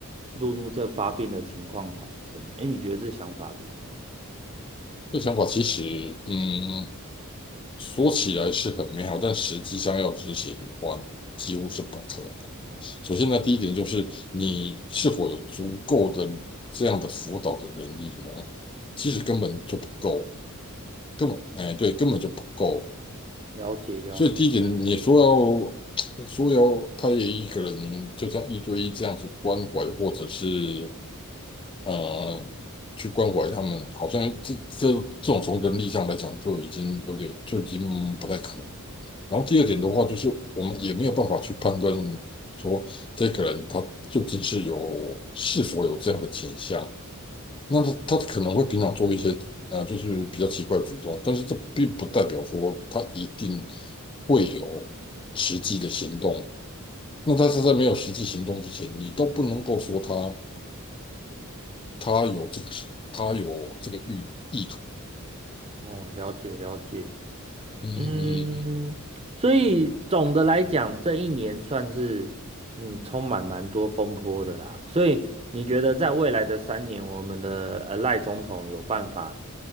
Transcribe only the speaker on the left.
这想法其实，嗯，说起来是很美好，但实际上要执行的话，几乎是不可能。首先呢，
第一点就是你是否有足够的这样的辅导的能力呢？其实根本就不够，根本，哎，对，根本就不够。
所以第一点，你说要 <tsk> 说要派一个人就像一对一这样子关怀，或者是呃，去关怀他们，好像这这这种从人力上来讲就已经有点就已经不太可能。然后第二点的话，就是我们也没有办法去判断说这个人他究竟是有是否有这样的倾向。那他他可能会平常做一些呃，就是比较奇怪的举动，但是这并不代表说他一定会有实际的行动。那但是在没有实际行动之前，你都不能够说他。他有这个，他有这个意意图。
嗯嗯嗯嗯。